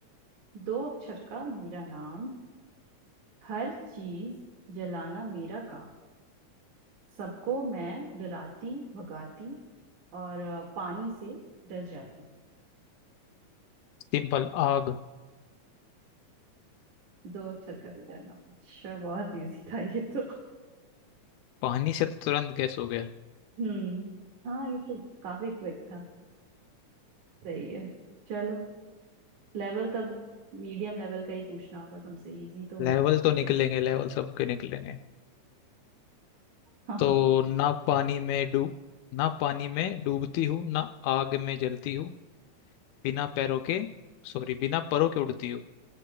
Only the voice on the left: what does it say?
सिंपल आग
पानी से तो तुरंत गैस हो गया
लेवल तो निकलेंगे
लेवल सबके निकलेंगे
तो
ना पानी में डूब ना पानी में डूबती हूँ ना आग में जलती हूँ बिना पैरों के सॉरी बिना परों के उड़ती हूँ